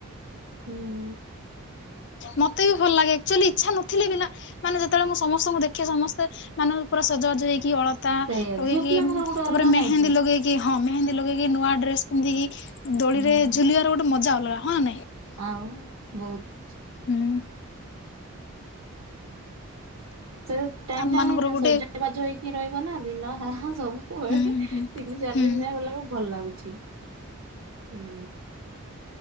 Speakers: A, on the right; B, on the left.
A: ହୁଁ।
B: ମତେ ବି ଭଲ ଲାଗେ ଆକଚୁଆଲି ଇଚ୍ଛା ନଥିଲେ ବିନା ମାନେ ଯେତେବେଳେ ମୁଁ ସମସ୍ତଙ୍କୁ ଦେଖେ ସମସ୍ତେ ମାନେ ପୁରା ସଜ ବାଜ ହେଇକି ଅଳ ତା
A: ସେଇଆ
B: ଲଗେଇକି
A: ଝିଅ ପିଲାମାନଙ୍କର ଗୋଟେ
B: ତାପରେ
A: ଅଲଗା
B: ମେହେନ୍ଦୀ
A: ନାଇଁ
B: ଲଗେଇକି। କି ହଁ ମେହେନ୍ଦୀ ଲଗେଇକି ନୂଆ ଡ୍ରେସ ପିନ୍ଧିକି ଦୋଳିରେ
A: ହୁଁ।
B: ଝୁଲିବାର ଗୋଟେ ମଜା ଅଲଗା ହଁ ନାଇଁ।
A: ଆଉ ବହୁତ।
B: ହୁଁ।
A: ସେ ଟାଇମ
B: ଆମ
A: ଟା
B: ମାନଙ୍କର
A: କା
B: ଗୋଟେ
A: ସଜବାଜ ହେଇକି ରହିବ ନା ଦିନସାରା। ସବୁବେଳେ
B: ହୁଁ ହୁଁ
A: ତିନି ଚାରି
B: ହୁଁ
A: ଦିନ ଯାଏ ଗଲା ବେଳକୁ ଭଲ ଲାଗୁଛି ହୁଁ।